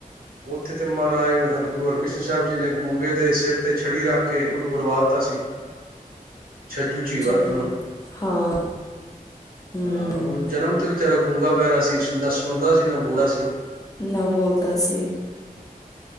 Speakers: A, on the right; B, on the left.
A: ਉੱਥੇ ਤੇ ਮਹਾਰਾਜ ਹਰ ਗੁਰੂ ਹਰਿਕ੍ਰਿਸ਼ਨ ਸਾਹਿਬ ਜੀ ਨੇ ਗੂੰਗੇ ਦੇ ਸਿਰ ਤੇ ਛੜੀ ਰੱਖ ਕੇ ਉਹਨੂੰ ਬੁਲਵਾ ਦਿੱਤਾ ਸੀ। ਛੱਜੂ ਚੀਵਰ
B: ਛੜੀ
A: ਨੂੰ
B: ਹਾਂ। ਹੂੰ
A: ਹਾਂ ਉਹ ਜਨਮ ਤੇ ਵਿਚਾਰਾ ਗੁੰਗਾ ਬਹਿਰਾ ਸੀ ਸੁਣਦਾ ਨਾ ਬੋਲਦਾ ਸੀ
B: ਨਾ ਬੋਲਦਾ ਸੀ